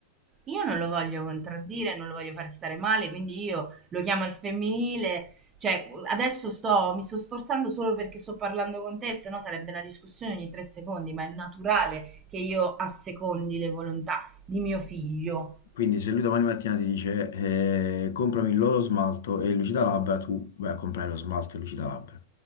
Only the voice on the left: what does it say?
Quindi se lui domani mattina ti dice eh, comprami lo smalto e il lucida labbra, tu vai a comprare lo smalto e il lucida labbra